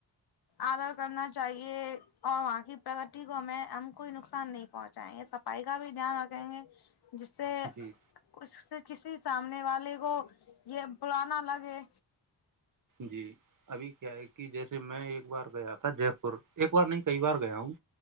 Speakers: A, on the left; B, on the right.
A: آدر کرنا چاہیے اور وہاں کی پرگتی کو ہمیں ہم کوئی نقصان نہیں پہنچائیں گے صفائی کا بھی دھیان رکھیں گے جس سے
B: جی
A: اس سے کسی سامنے والے کو یہ بلانا لگے
B: جی ابھی کیا ہے کہ جیسے میں ایک بار گیا تھا جے پور ایک بار نہیں کئی بار گیا ہوں